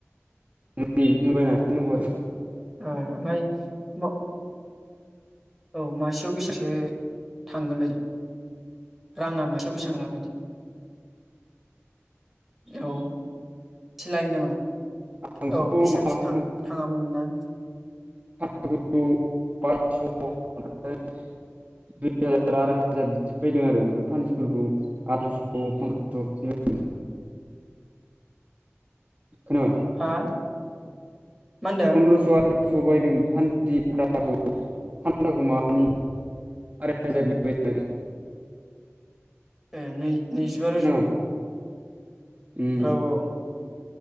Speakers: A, on the right; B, in the centre.
A: मुलि बायनानै होनांगौ आरो
B: ओ ओमफ्राय म औ मासेयाव बेसेसो थांगोन बायदि? राङा मासेआव बेसेबां लागायदो। औ सिलायो नामा
A: आंथ'
B: औ
A: माबाखौ
B: बेसेबांसो थाङो। थाङामोन नोंना।
A: <unintelligible> दुइ हाजार आराय हाजार बिदि बायदों आरो ओमफ्राय फान्थिफोरखौ आथाइस' फन्द्रस' बिदि। बायदों खोनाबाय?
B: हा मा होनदों
A: फन्द्रस'आथार। सौ बायदों फान्थि फान्दाखौ फान्दाखौ माबानि आराय हाजारनि बायदों आरो।
B: ए नै नैजिबा
A: खोनाबाय
B: रोजा।
A: उम
B: औ औ।